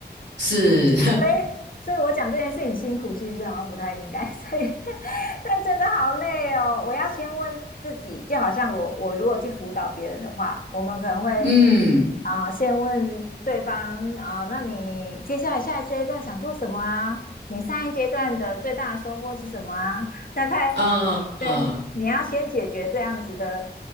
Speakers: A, on the right; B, on the left.
A: 是，
B: 所以，所以我讲这件事情辛苦，其实好像不太应该。<laughs> 所以，但真的好累哦。我要先问自己，就好像我我如果去辅导别人的话，我们可能会
A: <laughs> 嗯，
B: 啊、呃先问对方啊、呃那你接下来下一阶段想做什么啊？你上一阶段的最大的收获是什么啊？大概
A: 呃，嗯
B: 对，你要先解决这样子的